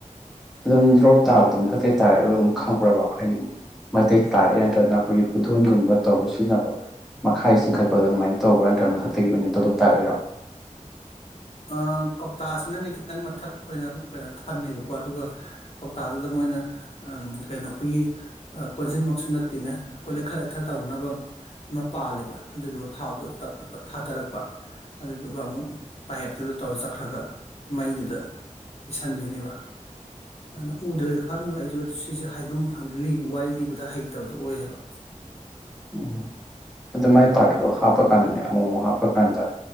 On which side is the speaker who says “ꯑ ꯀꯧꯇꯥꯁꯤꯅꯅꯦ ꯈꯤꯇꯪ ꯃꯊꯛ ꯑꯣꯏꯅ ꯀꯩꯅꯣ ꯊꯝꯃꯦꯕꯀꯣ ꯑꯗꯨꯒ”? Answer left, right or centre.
Left